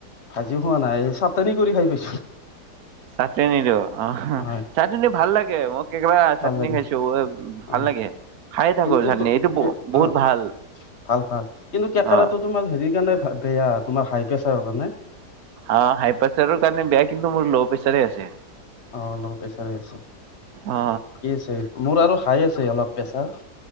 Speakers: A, on the left (about 45°); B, on the right (about 65°).
A: ভাজিও খোৱা নাই চাটনি কৰি খাই পাইছো
B: চাটনীটো অ
A: হয়
B: চাটন ভাল লাগে মোক কেবা
A: ভাল
B: চাটনি
A: লাগে
B: খাইছো ভাল
A: অ
B: লাগে খায়ে থাকো
A: কিন্তু
B: চাটনি এইটো ব বহুত
A: অ
B: ভাল
A: ভাল ভাল কিন্তু কেকাৰৰাটো
B: অ
A: তোমাৰ হেৰিৰ কাৰণে বেয়া তোমাৰ হাই প্ৰেছাৰ কাৰণে।
B: অ হাই প্ৰেচাৰৰ কাৰণে বেয়া কিন্তু মোৰ ল' প্ৰেচাৰ আছে।
A: অ ল প্ৰেছাৰে আছে।
B: অ
A: আছে মোৰ আৰু হাই আছে অলপ। প্ৰেছাৰ